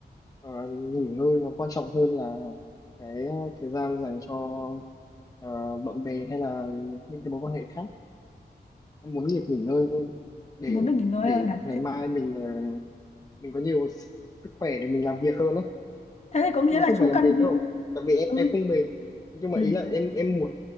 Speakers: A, on the left (about 20°); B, on the left (about 40°).
A: Ờ, nghỉ ngơi nó quan trọng hơn là cái thời gian dành cho ờ, bạn bè hay là những cái mối quan hệ khác em muốn việc nghỉ ngơi hơn để
B: muốn được nghỉ ngơi
A: để
B: hơn à
A: ngày
B: thế,
A: mai mình ờ, mình có nhiều s- sức khỏe để mình làm việc hơn đấy
B: thế thì có nghĩa
A: nó
B: là
A: không
B: chú
A: phải là
B: cần
A: mệt đâu tại vì em
B: ừ
A: em không mệt nhưng mà
B: ừ
A: ý là em em muốn